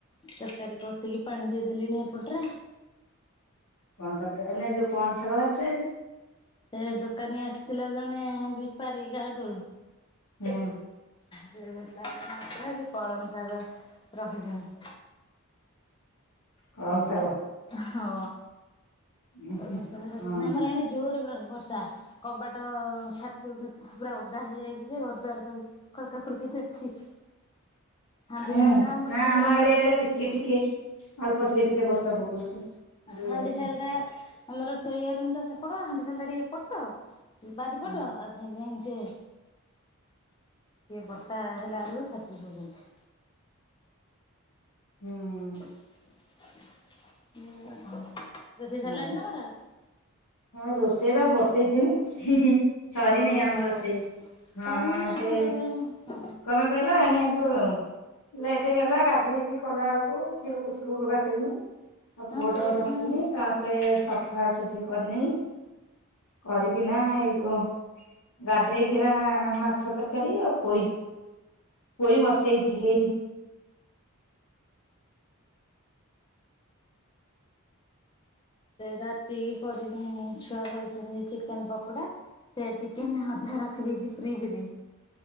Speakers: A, on the left; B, on the left.
A: ତରକାରୀ କଷିକି ପାଣି ଦେଇଦେଲିଣି ଏପଟରେ।
B: କଣ ତ ଏ ଯୋଉ କଣ ଶାଗ ଭାଜିଛ ଆଜି?
A: ସେ ଦୋକାନୀ ଆସିଥିଲା ଜଣେ ବେପାରୀ ଗାଁ କୁ।
B: ହୁଁ
A: ସେ <unintelligible> ସେ କଳମ ଶାଗ ରଖିଛନ୍ତି।
B: କଳମ ଶାଗ।
A: ହଁ
B: ଉଁ ହୁଁ
A: ଆମର
B: ହଁ।
A: ଏଣି ଜୋର ବ ବର୍ଷା କବାଟ ତ ଛାତି <unintelligible> ପୁରା ଓଦା ହେଇଯାଇଛି ଯେ ଘର ଦ୍ୱାର ସବୁ ଖରକା ଖରକି ଅଛି। ହାଣ୍ଡି
B: ହୁଁ
A: ସାଳଟା ଆମ
B: ନା
A: ଟିକେ
B: ଆଡେ
A: ପଡ
B: ଇଆଡେ ଟିକେ ଟିକେ ଅଳ୍ପ ଟିକେ ଟିକେ ବର୍ଷା ପକଉଛି ଜୋରେ
A: ହାଣ୍ଡି
B: ନୁହଁ।
A: ଶାଳଟା ଆମର ଶୋଇବା ରୁମ୍ ଟା ସେପଟ ହାଣ୍ଡିଶାଳଟା ଏପଟ ତ। ଏଇ ବାରିପଟ
B: ହୁଁ
A: ଆଉ ସେ କିଏ ବର୍ଷା ହେଲା ବେଳକୁ ଛାତି ପକଉଛି।
B: ହୁଁ।
A: ରୋଷେଇ ସରିଲାଣି ତମର?
B: ଆଉ ହଁ ରୋଷେଇ ବା ବସେଇଥିଲି। ସରିନି
A: ଓହୋ
B: ଆମ
A: ହଁ
B: ରୋଷେଇ ହଁ
A: ତମର
B: ସେ
A: ବଡ ଫ୍ୟାମିଲି।
B: କ କଲା ଏଣେ ଆ ଯୁ ଲେଟ୍ ହେଇଗଲା ଗାଧେଇକି କଲା ବେଳକୁ ଝିଅକୁ ସ୍କୁଲ ବାଟେଇଲି। ଆଉ
A: ହଁ
B: ପୁଅ
A: ସେଇଆ
B: ଟାକୁ ଧରିଥିଲି
A: ନୁହେଁ
B: ତାପରେ ସଫାସଫି କରିନି। କରିକି ନା ଏଇ ଯୋଉ ଗାଧେଇକିନା ମାଛ ତରକାରୀ ଆଉ ପୋଇ ପୋଇ ବସେଇଛି ହେଇନି।
A: ରାତି କରିି ଛୁଆ କହିଛନ୍ତି ଚିକେନ ପକୋଡା। ସେ ଚିକେନ ଅଧା ରଖିଦେଇଛି ଫ୍ରିଜ ରେ।